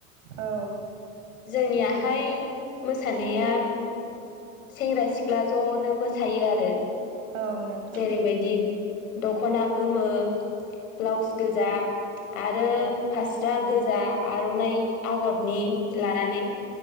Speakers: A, on the right; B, on the left.
A: औ
B: जोंनियाहाय मोसानाया सेंग्रा सिख्ला ज'नो मोसायो आरो
A: औ नोंथां
B: जेरैबायदि दखना गोमो ब्लाउस गोजा आरो
A: औ
B: फास्रा गोजा आर'नाइ आगर नि लानानै